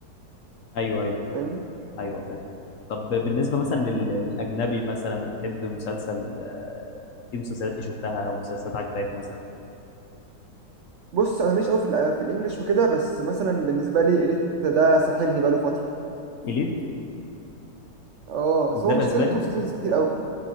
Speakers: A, on the left; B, on the right.
A: ايوه ايوه
B: فاهمني
A: ايوه فاهم طب بالنسبه مثلا لل- للاجنبي مثلا بتحب مسلسل في مسلسلات ايه شفتها او مسلسلات عجباك مثلا
B: بص أنا ماليش قوي في, الإ- في الإنجليش وكده بس مثلا بالنسبة لي إليت ده ساحلني بقاله فترة
A: اليت
B: أه بس
A: مش ده
B: هو
A: الاسباني
B: مشكلته سيزونز كتير قوي